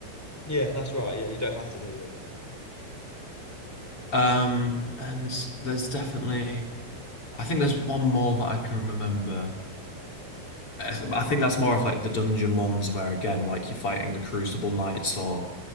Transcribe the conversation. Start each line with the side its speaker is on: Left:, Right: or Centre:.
Centre: Yeah, that's right. Yeah, you don't have to do them.
Left: Um, and there's definitely, I think there's one more that I can remember. I th- I think that's more of like the dungeon ones where again, like you're fighting the Crucible Knights, or